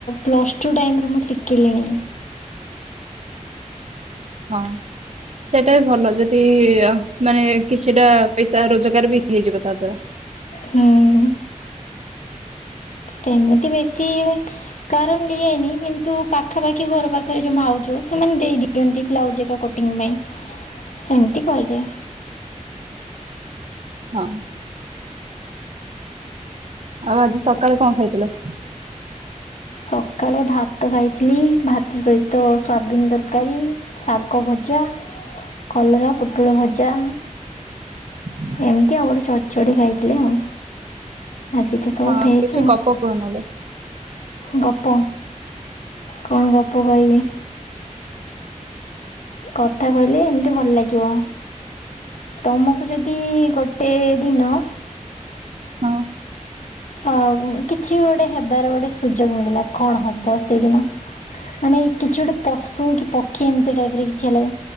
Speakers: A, on the left (about 65°); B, on the right (about 55°).
A: ପ୍ଲସ୍ ଟୁ ଟାଇମ୍ରେ ମୁଁ ଶିଖିଲିଣି।
B: ହଁ ସେଇଟା ବି ଭଲ ଯଦି ମାନେ କିଛିଟା ପଇସା ରୋଜଗାର ବି ହେଇଯିବ ତା ଦ୍ଵାରା।
A: ହୁଁଉଁ। ସେମିତି ବେଶୀ <unintelligible> କାର ନିଏ ନି କିନ୍ତୁ ପାଖାପାଖି ଘର ପାଖରେ ଯୋଉ ଭାଉଛ ସେମାନେ ଦେଇ ଦିଅନ୍ତି ବ୍ଲାଉଜ। ଜାଗା କଟିଙ୍ଗ ପାଇଁ ସେମିତି କରିଦିଏ।
B: ହଁ ଆଉ ଆଜି ସକାଳେ କଣ ଖାଇଥିଲ?
A: ସକାଳେ ଭାତ ଖାଇଥିଲି ଭାତ ସହିତ ସୋୟାବିନ ଦରକାରୀ ଶାଗ ଭ ଭଜା କଲରା ପୋଟଳ ଭଜା।
B: ହଁ <unintelligible>
A: ଏମିତି ଆଉ ଗୋଟେ ଚଡ଼ଚଡି ଖାଇଥିଲି ଆଉ। ଆଜି ତ ସବୁ
B: ହଁ
A: ଭେଜଆଉ।
B: କିଛି ଗପ କୁହ ନହେଲେ
A: ଗପ କଣ ଗପ କହିବି? କଥା କହିଲେ ଏମିତି ଭଲ ଲାଗିବ। ତମକୁ ଯଦି ଗୋଟେ ଦିନ
B: ହଁ
A: ଅ କିଛି ବି ଗୋଟେ ହେବାର ଗୋଟେ ସୁଯୋଗ ମିଳିଲା। କଣ ହବ ସେଇଦିନ? ମାନେ କିଛି ଗୋଟେ ପଶୁ କି ପକ୍ଷୀ ଏମିତି ଟାଇପ ରେ କିଛି ହେଲା